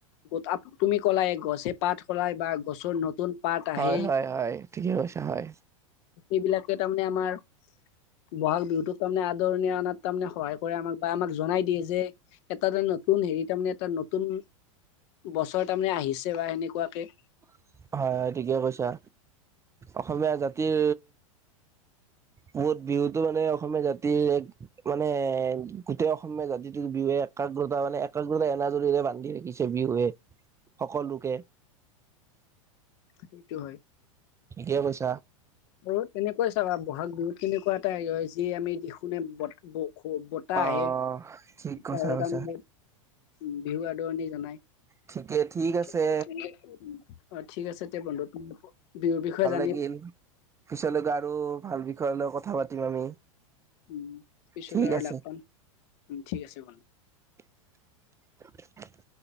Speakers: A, on the left; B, on the right.
A: গ-আ-তুমি ক'লাই গছে পাত খলাই বা গছৰ নতুন পাত আহে
B: হয় হয় হয় ঠিকেই কৈছা হয়
A: এইবিলাকে তাৰমানে আমাৰ বহাগ বিহুতোক তাৰমানে আদৰণি অনাত তাৰমানে সহায় কৰে আমাক বা আমাক জনাই দিয়ে যে এটা নতুন হেৰি তাৰমানে এটা নতুন বছৰ তাৰমানে আহিছে বা সেনেকুৱাকে
B: হয়, হয়, ঠিকে কৈছা। অসমীয়া জাতিৰ বহত বিহুতটো মানে অসমীয়া জাতিৰ এক মানে গোটেই অসমীয়া জাতিটো বিহুে এক একাগ্ৰতা মানে একাগ্ৰতা এনাজৰীৰে বান্ধি ৰাখিছে বিহুৱে সকলোোকে।
A: সেইটো হয়।
B: ঠিকে কৈছ
A: আৰু তেনেকৈয়েই চাবা ব'হাগ বিহুত কেনেকুৱা এটা হেই হয়। যি আমি দেখোনে ব-ব খু বতাহ
B: অহ
A: আহে
B: ঠিক
A: <unintelligible>
B: কথা কৈছা
A: বিহু আদৰণি জনায়
B: ঠিকে ঠিক
A: <unintelligible>
B: আছে
A: অ', ঠিক আছে দে বন্ধু। তোম-বিহুৰ বিষয়ে জান
B: ল পিছলৈকে আৰু ভাল বিষয় লৈ কথা পাতিম আমি
A: উম পিছলৈ
B: ঠিক
A: আৰু
B: আছে
A: লাগ পাম উও ঠিক আছে ভনি
B: <unintelligible>